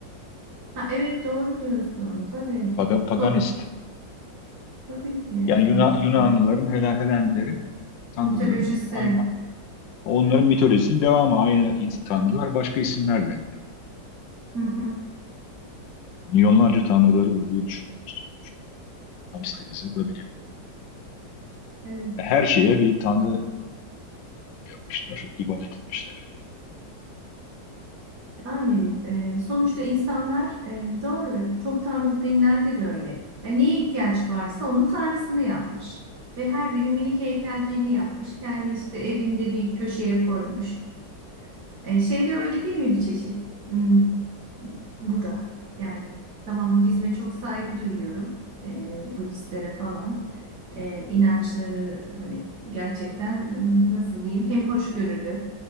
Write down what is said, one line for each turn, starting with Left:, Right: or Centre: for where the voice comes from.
Right: Ha, evet doğru diyorsun tabii.
Left: Paga- paganist.
Right: So- tabii ki
Left: Yani Yuna-
Right: sonuçta.
Left: Yunanlıların, Helen, Helenlerin, tanrıların,
Right: Mitolojisi.
Left: ay- onların mitolojisinin devamı. Aynı is- tanrılar başka isimlerle.
Right: Hı hı,
Left: Milyonlarca tanrıları olduğu düşünüyoruz. Tam sayısı da bilmiyorum.
Right: evet.
Left: Her şeye bir tanrı yapmışlar, ibadet etmişler.
Right: Yani e, sonuçta insanlar e, doğru çok tanrı dinlerde de öyle. Yani neye ihtiyaç varsa onun tanrısını yapmış. Ve her biri minik heykelciğini yapmış. Kendi işte evinde bir köşeye koymuş. E, şey de öyle değil mi bir çeşit? Hmm, bu da yani tamam Budizme çok saygı duyuyorum. E, Budistlere falan. e, inançları hani gerçekten m, nasıl diyeyim hem hoşgörülü